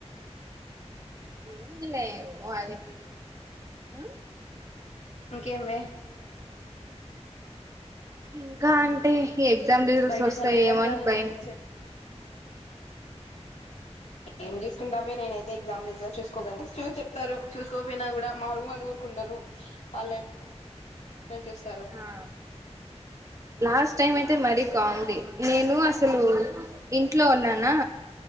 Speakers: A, on the right; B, on the left.
A: యేముంది లే వాళ్ళకీ ఉమ్
B: ఇంకేమ్ వే
A: ఇంకా అంటే ఈ ఎగ్జామ్ రిజల్ట్స్
B: బయట
A: ఒస్తయేమో
B: చల్లగా గాలి
A: అని
B: వస్తుంది
A: భయం
B: చె ఏం జూస్ కుంటావే నేనైతే ఎగ్జామ్ రిజల్ట్స్ చూసుకోలేదంటే చూస్ చెప్తారు చూసుకోపోయినా గూడా మా రూం వాళ్ళు ఊరుకుంటరు వాళ్ళ ల్లే చూస్తారూ
A: ఆ లాస్ట్ టైం అయితే మరీ కొమడీ నేనూ అసలూ ఇంట్లో ఉన్నానా